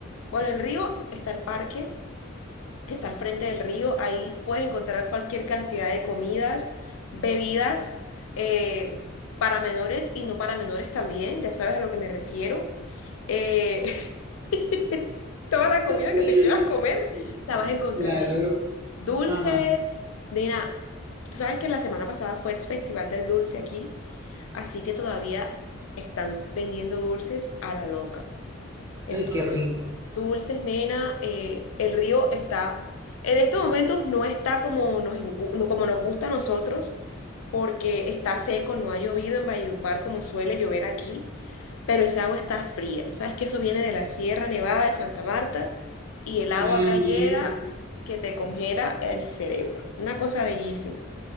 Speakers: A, on the left; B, on the right.
A: bueno, el río está el parque que está al frente del río. Ahí puedes encontrar cualquier cantidad de comidas, bebidas, eh, para menores y no para menores también, ya sabes a lo que me refiero. Eh, <laughs> toda la comida
B: <laughs>
A: que te quieras comer la vas a encontrar
B: Claro.
A: ahí. Dulces,
B: Ajá.
A: Nina, tú sabes que la semana pasada fue el Festival del Dulce aquí, así que todavía están vendiendo dulces a la loca. Entonces
B: Ay, qué rico.
A: Dulces, nena, eh, el río está, en estos momentos no está como nos, ingu- no- como nos gusta a nosotros, porque está seco, no ha llovido en Valledupar como suele llover aquí, pero esa agua está fría. Sabes que eso viene de la Sierra Nevada de Santa Marta y el agua
B: Ujú,
A: acá llega que te congela el cerebro. Una cosa bellísima.